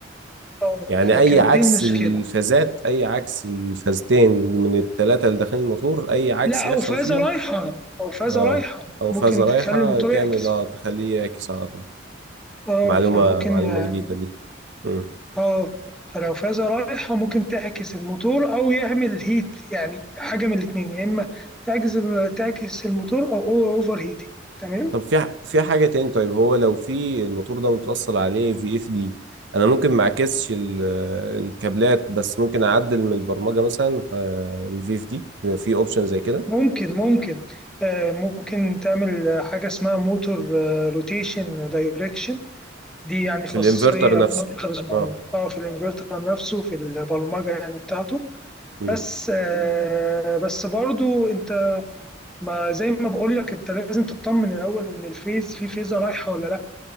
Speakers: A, in the centre; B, on the right.
A: آه،
B: يعني
A: فكانت
B: اي عكس
A: دي المشكلة
B: الفازات اي عكس الفازتين من الثلاثه اللي داخلين الموتور اي عكس
A: لا
B: يحصل
A: أو فازة
B: فيهم
A: رايحة أو فازة
B: اه
A: رايحة
B: او
A: ممكن
B: فازه
A: تخلي
B: رايحه
A: الموتور
B: تعمل
A: يعكس
B: اه تخليه يعكس على طول
A: اه
B: معلومه
A: فممكن
B: معلومه
A: يعني
B: جديده دي مم.
A: اه فلو فازة رايحة ممكن تعكس الموتور أو يعمل هيت يعني حاجة من الاتنين يا إما تعكس تعكس الموتور أو أوفر هيتنج تمام
B: طب في ح- في حاجه تاني طيب هو لو في الموتور ده متوصل عليه في اف دي انا ممكن ما اعكسش ال- الكابلات بس ممكن اعدل من البرمجه مثلا الفي اف دي في اوبشن زي كده
A: ممكن ممكن آه، ممكن تعمل آه، حاجة اسمها موتور روتيشن دايركشن دي يعني
B: في
A: خاصية
B: الانفرتر نفسه
A: بانفرترز معينة
B: اه
A: اه في الانفرتر نفسه في البرمجة يعني بتاعته
B: مم.
A: بس آه، بس برضو انت ما زي ما بقول لك انت لازم تطمن الاول ان الفيز في فيزة رايحة ولا لا